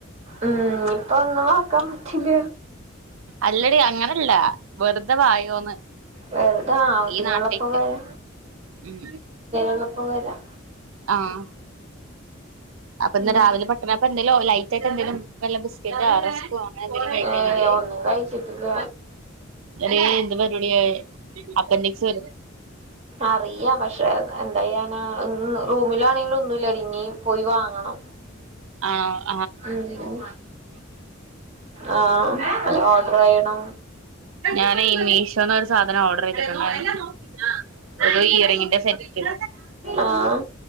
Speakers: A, on the right (about 30°); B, on the right (about 75°).
A: ഉം ഇപ്പൊ ഒന്നും ആക്കാൻ പറ്റില്ല
B: അല്ലടി അങ്ങനല്ല വെറുതെ വായോന്ന്
A: വെറുതാ ഔടുള്ളപ്പോ
B: ഈ നാട്ടേക്ക്
A: വയോ
B: ഉം
A: അള്ളപ്പോ വരാം
B: ആഹ് അപ്പൊ
A: ഉം
B: ഇന്ന് രാവിലെ പെട്ടെന്ന് അപ്പൊ എന്തേലും ലൈറ്റ് ആയിട്ട് എന്തേലും വല്ല ബിസ്ക്കറ്റോ റസ്കോ അങ്ങനെ എന്തെലും കഴിക്കാൻ
A: ഏഹ് ഒന്നും കഴിച്ചിട്ടില്ല
B: ഒരേ എന്ത് പരിപാടിയ അപ്പൻഡിക്സ് വരും
A: അറിയാ പക്ഷെ എന്താ ചെയ്യാനാ <unintelligible> റൂമിലാണെങ്കിലും ഒന്നും ഇല്ല പിന്നേ പോയി വാ- ങ്ങണം
B: ആ പ
A: ഉം ആ വല്ലോം ഓർഡറായേണോ
B: ഞാനേ മീഷോന്ന് ഒരു സാധനം ഓർഡറ് ചെയ്തിട്ട്ണ്ടാരുന്നു ഒരു ഇയറിങ്ങിന്റെ സെറ്റ്
A: ആഹ് ആഹ്